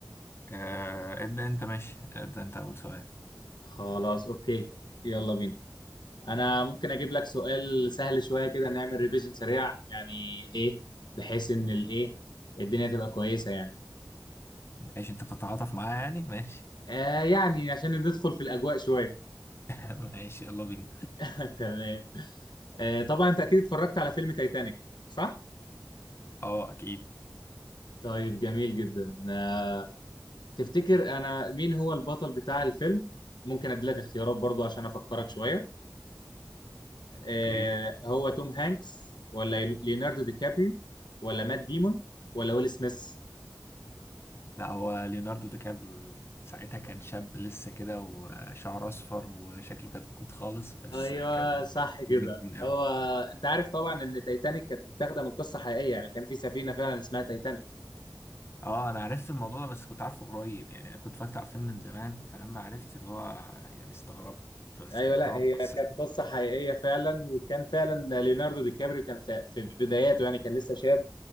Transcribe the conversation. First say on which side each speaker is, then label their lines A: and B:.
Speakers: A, on the left; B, on the left.
A: آه، ابدأ انت ماشي ابدأ انت اول سؤال
B: خلاص أوكي يلا بينا أنا ممكن أجيب لك سؤال سهل شوية كده نعمل ريفيجن سريع يعني إيه بحيث إن الإيه الدنيا تبقى كويسة يعني
A: ماشي انت بتتعاطف معايا يعني ماشي
B: آه يعني عشان ندخل في الأجواء شوية
A: <laughs> ماشي يلا بينا
B: <laughs> تمام آه، طبعا انت اكيد اتفرجت على فيلم تايتانيك صح؟
A: اه اكيد
B: طيب جميل جدا آه، تفتكر انا مين هو البطل بتاع الفيلم؟ ممكن ادي لك اختيارات برضو عشان افكرك شوية آه،
A: اوكي
B: هو توم هانكس ولا ليوناردو دي كابريو ولا مات ديمون ولا ويل سميث؟
A: لا هو ليوناردو دي كابريو ساعتها كان شاب لسه كده وشعره اصفر وشكله كتكوت خالص بس
B: ايوه
A: كان
B: صح كده
A: فيلم جميل
B: هو
A: قوي
B: انت عارف طبعا ان تايتانيك كانت متاخده من قصه حقيقيه يعني كان في سفينه فعلا اسمها تايتانيك
A: اه انا عرفت الموضوع ده بس كنت عارفه قريب يعني انا كنت فاكر على الفيلم من زمان فلما عرفت اللي هو يعني استغربت بس
B: ايوه
A: كانت
B: لا
A: طبعا
B: هي
A: قصة
B: كانت قصه حقيقيه فعلا وكان فعلا ليوناردو دي كابريو كان في في بداياته يعني كان لسه شاب